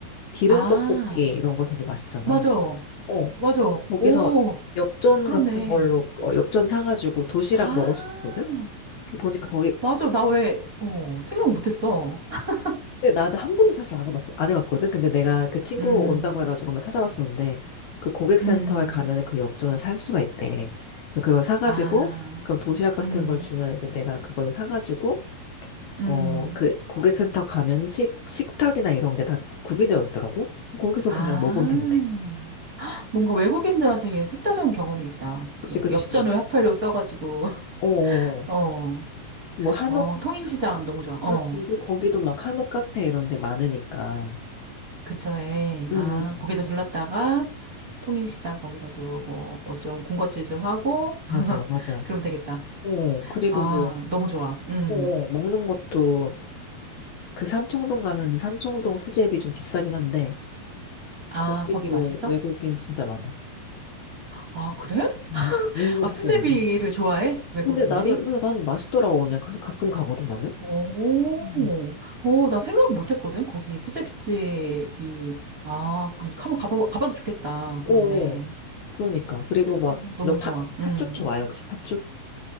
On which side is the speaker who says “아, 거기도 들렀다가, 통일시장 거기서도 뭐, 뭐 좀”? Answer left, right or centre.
Right